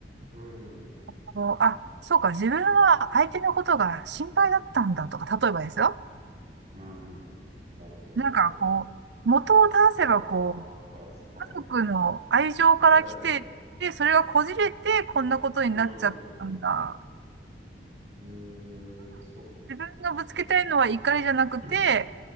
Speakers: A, on the right; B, on the right.
A: うん、
B: あの、あ、そうか、自分は相手のことが心配だったんだとか、例えばですよ。
A: うん。なるほど、なるほど。
B: なんかこう、元を正せばこう、
A: ああ、だからはいはい
B: 家族の愛情から来てて、
A: ええ、
B: それがこじれて、こんなことになっちゃったんだ。
A: うん、うーん、そっ
B: 自分がぶつけたいのは怒りじゃなくて、
A: か、そっか。<clears throat>